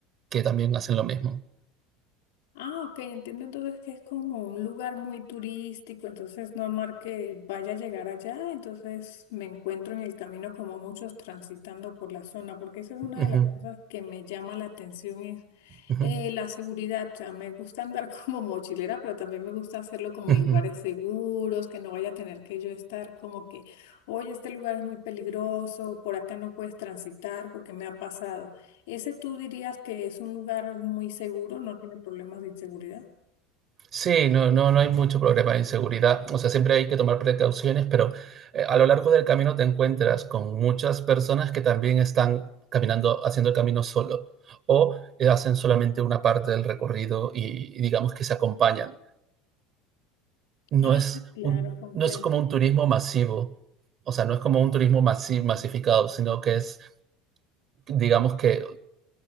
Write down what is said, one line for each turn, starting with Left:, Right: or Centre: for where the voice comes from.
Right: que también hacen lo mismo.
Left: Ah, ok, entiendo entonces que es como un lugar muy turístico, entonces no es normal que vaya a llegar allá, entonces me encuentro en el camino como muchos transitando por la zona, porque esa es una de
Right: Uh
Left: las
Right: -huh,
Left: cosas que me llama la atención, es
Right: uh
Left: eh,
Right: -huh,
Left: la seguridad, o sea, me gusta andar <laughs> como mochilera, pero también me gusta hacerlo como
Right: uh
Left: en
Right: -huh.
Left: lugares seguros, que no vaya a tener que yo estar como que, oye, este lugar es muy peligroso, por acá no puedes transitar porque me ha pasado. ¿Ese tú dirías que es un lugar muy seguro, no tiene problemas de inseguridad?
Right: Sí, no, no, no hay mucho problema de inseguridad. O sea, siempre hay que tomar precauciones, pero eh, a lo largo del camino te encuentras con muchas personas que también están caminando, haciendo el camino solo o eh, hacen solamente una parte del recorrido y, y digamos que se acompañan. No
Left: Ah,
Right: es
Left: claro,
Right: un-
Left: comprendo.
Right: no es como un turismo masivo, o sea, no es como un turismo masi- masificado, sino que es, digamos que